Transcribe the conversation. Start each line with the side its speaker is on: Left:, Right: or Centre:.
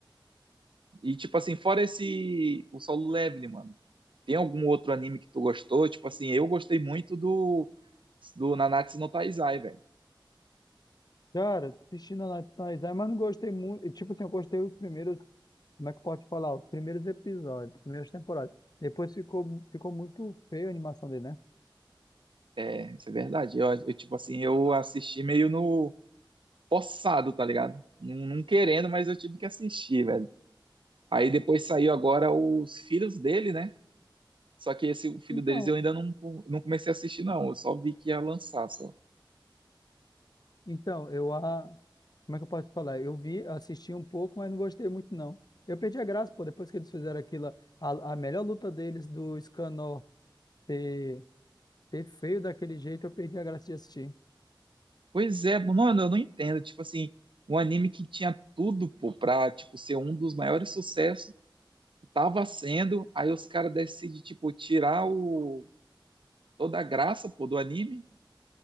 Right: E, tipo assim, fora esse. O Solo Leveling, mano. Tem algum outro anime que tu gostou? Tipo assim, eu gostei muito do. Do Nanatsu no Taizai, velho.
Left: Cara, assisti na Nationais, mas não gostei muito. Tipo assim, eu gostei os primeiros. Como é que pode falar? Os primeiros episódios, primeiras temporadas. Depois ficou, ficou muito feio a animação dele, né?
Right: É, isso é verdade. Eu, eu, tipo assim, eu assisti meio no. Forçado, tá ligado? Não, não querendo, mas eu tive que assistir, velho. Aí depois saiu agora os filhos dele, né? Só que esse o filho
Left: Então,
Right: deles eu ainda não, não comecei a assistir, não. Eu só vi que ia lançar, só.
Left: então, eu a. Como é que eu posso falar? Eu vi, assisti um pouco, mas não gostei muito, não. Eu perdi a graça, pô, depois que eles fizeram aquilo, a, a melhor luta deles do Scanor. ter Ser feio daquele jeito, eu perdi a graça de assistir.
Right: Pois é, mano, eu não entendo. Tipo assim, um anime que tinha tudo, pô, pra, tipo, ser um dos maiores sucessos, tava sendo, aí os caras decidem, tipo, tirar o... toda a graça, pô, do anime.